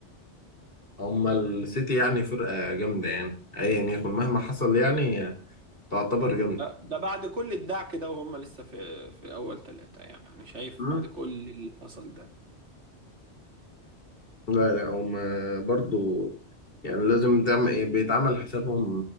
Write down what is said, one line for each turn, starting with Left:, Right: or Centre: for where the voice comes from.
Left: اما السيتي يعني فرقه جامده يعني ايا يكن مهما حصل يعني تعتبر جامده
Right: ده, ده بعد كل الدعك ده وهم لسه في في اول ثلاثة يعني شايف
Left: مم.
Right: بعد كل اللي حصل ده
Left: لا لا هم برضو يعني لازم تعمل بيتعمل حسابهم